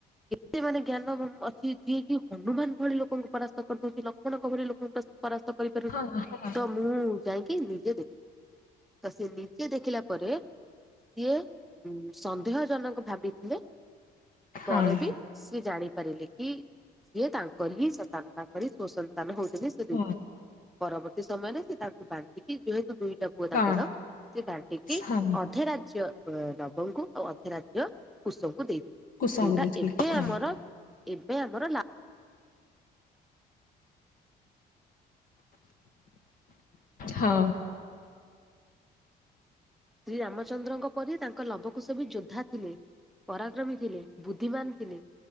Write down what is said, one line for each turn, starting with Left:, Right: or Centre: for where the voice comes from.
Centre: ଏତେ ମାନେ ଜ୍ଞାନ ଅଛି ଯିଏ କି ହନୁମାନ ଭଳି ଲୋକଙ୍କୁ ପରାସ୍ତ କରିଦଉଛି ଲକ୍ଷ୍ମଣଙ୍କ ଭଳି ଲୋକଙ୍କୁ ପ ପରାସ୍ତ କରିପାରୁ
Left: ହଁ ହଁ
Centre: ତ ମୁଁ ଯାଇକି ନିଜେ ଦେଖିବି ତ ସିଏ ନିଜେ ଦେଖିଲା ପରେ ସିଏ ସନ୍ଦେହ ଜନକ ଭାବିଥିଲେ।
Left: ହଁ
Centre: ପରେ ବି ସିଏ ଜାଣି ପାରିଲେ କି ସିଏ ତାଙ୍କର ହିଁ ସନ୍ତାନ ତାଙ୍କରି ସୁସନ୍ତାନ ହଉଛନ୍ତି ସେ ଦି
Left: ହଁ
Centre: ପରବର୍ତ୍ତୀ ସମୟରେ ସେ ତାଙ୍କୁ ବାଣ୍ଟିକି ଯେହେତୁ ଦୁଇ ଟ ପୁଅ
Left: ହଁ
Centre: ତାଙ୍କର ସେ ବାଣ୍ଟିକି
Left: ହଁ
Centre: ଅଧେ ରାଜ୍ୟ ନବଙ୍କୁ ଆଉ ଅଧେ ରାଜ୍ୟ କୁଶଙ୍କୁ ଦେଇଥିଲେି
Left: କୁଶଙ୍କୁ
Centre: ଯୋଉଟା
Left: ଦେଇଥିଲେ
Centre: ଏବେ
Left: ହଁ
Centre: ଆମର ଏବେ ଆମର ଲା
Left: ହଁ।
Centre: ଶ୍ରୀରାମଚନ୍ଦ୍ରଙ୍କ ପରି ତାଙ୍କ ଲବକୁଶ ବି ଯୋଦ୍ଧା ପରାକ୍ରମୀ ଥିଲେ, ବୁଦ୍ଧିମାନ ଥିଲେ,